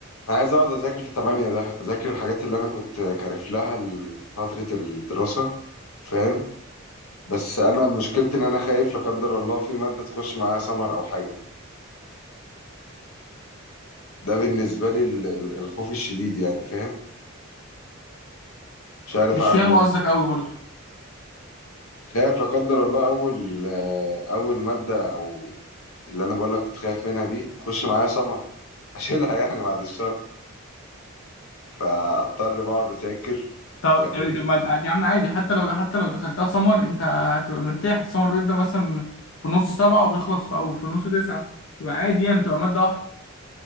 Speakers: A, on the left (about 85°); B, on the left (about 65°).
A: انا عايز اقعد اذاكر في تمانية ده اذاكر الحاجات اللي انا كنت كارف لها ل- فتره الدراسه فاهم بس انا مشكلتي ان انا خايف لا قدر الله في ماده تخش معايا سمر او حاجه ده بالنسبه لي ال- ال- الخوف الشديد يعني فاهم مش عارف
B: مش
A: اعمل
B: فاهم
A: ايه
B: قصدك قوي برضه
A: خايف لا قدر الله اول آه، اول ماده او اللي انا بقول لك كنت خايف منها دي تخش معايا سمر اشيلها يعني بعد الشر فاضطر بقعد اذاكر
B: طب
A: فاهمني
B: طب إيه، طب ما يا عم عادي حتى لو حتى لو دخلتها سمر انت هتبقى مرتاح السمر بيبدأ مثلا في نص سبعة وبيخلص في او في نص تسعة تبقى عادي يعني تبقى مادة واحدة